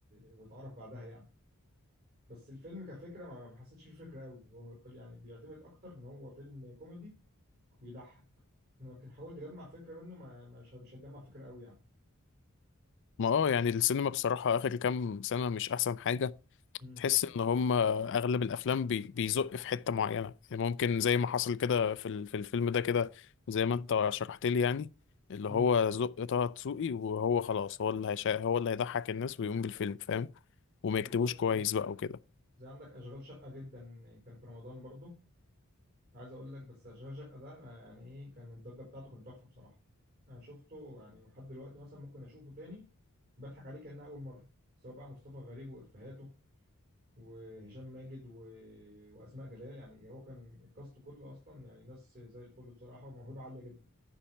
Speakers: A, on the right (about 45°); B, on the left (about 55°).
A: واتعرف بعدها يعني بس الفيلم كفكره ما ما حسيتش فيه فكره قوي هو كل يعني بيعتمد اكتر ان هو فيلم كوميدي بيضحك انما كنت حاولت اجمع فكره منه ما مش مش هتجمع فكره قوي يعني
B: ما أه يعني السينما بصراحة آخر كام سنة مش أحسن حاجة
A: امم
B: تحس ان هم اغلب الافلام بي بيزق في حته معينه يعني ممكن زي ما حصل كده في ال- في الفيلم ده كده زي ما انت شرحت لي يعني اللي
A: امم
B: هو زق طه دسوقي وهو خلاص هو اللي هيشا هو اللي هيضحك الناس ويقوم بالفيلم فاهم وما
A: بالظبط
B: يكتبوش كويس
A: اه
B: بقى وكده
A: زي عندك اشغال شقه جدا كان في رمضان برضو عايز اقول لك بس اشغال شقه ده أنا يعني ايه كان الضجه بتاعته كانت تحفه بصراحه انا شفته يعني لحد دلوقتي مثلا ممكن اشوفه تاني بضحك عليه كانها اول مره سواء بقى مصطفى غريب وافيهاته وهشام ماجد و... واسماء جلال يعني هو كان الكاست كله اصلا يعني ناس زي الفل بصراحه وموهبه عاليه جدا